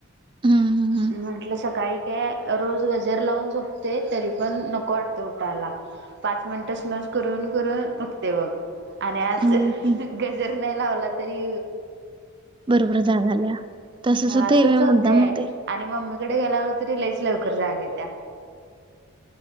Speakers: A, on the right (about 25°); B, on the right (about 55°).
A: हम्म, हम्म.
B: म्हटलं सकाळी काय रोज गजर लावून झोपते तरी पण नको वाटते उठायला पाच मिनिटस नसली करून करून उठते बघ <unintelligible> आणि आज
A: होय की.
B: गजर नाही लावला तरी
A: बरोबर जाग आल्या तसच हो
B: असंच
A: ते ए
B: होतय
A: मुद्दाम होते
B: आणि मम्मीकडे गेल्यावर तरी लईच लवकर जाग येत्या.